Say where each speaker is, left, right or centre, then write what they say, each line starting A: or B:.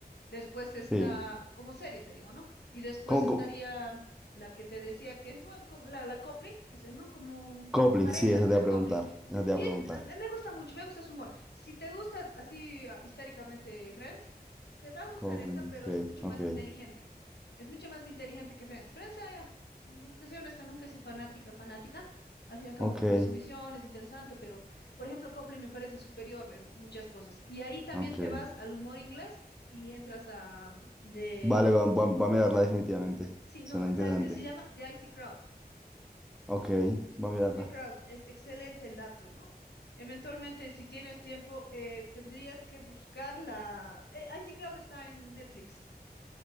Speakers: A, on the left; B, in the centre.
A: Después está,
B: sí.
A: como serie te digo, ¿no? Y después
B: ¿Cómo,
A: estaría
B: cómo-
A: la que te decía que es muy como la, la coupling, ese, ¿no? Como
B: Coupling,
A: eh, parejas,
B: sí, esa te
A: ¿no?
B: iba a preguntar.
A: Coupling.
B: Esa
A: Es
B: te iba
A: bien,
B: a preguntar.
A: eh, me me gusta mucho, me gusta su humor. Si te gusta así ah, históricamente Friends, te va a gustar
B: Coupling,
A: esta, pero
B: ok,
A: es mucho
B: ok,
A: más inteligente. Es mucho más inteligente que Friends. Friends, ah, ya, no, te soy honesta, nunca soy fanática, fanática. Al fin y al cabo
B: ok,
A: cumple su misión, es interesante, pero, por ejemplo, Coupling me parece superior en muchas cosas. Y ahí también
B: ok.
A: te vas al humor inglés y entras a mm, de
B: Vale, va, va- va a mirarla
A: que es-
B: definitivamente.
A: sí,
B: Suena
A: no,
B: interesante.
A: ¿sabes qué se llama? De IT Crowd.
B: Ok, va a mirarla.
A: IT Crowd, es excelente el dato, ¿no? Eventualmente, si tienes tiempo, eh, tendrías que buscar la eh, IT Crowd está en Netflix.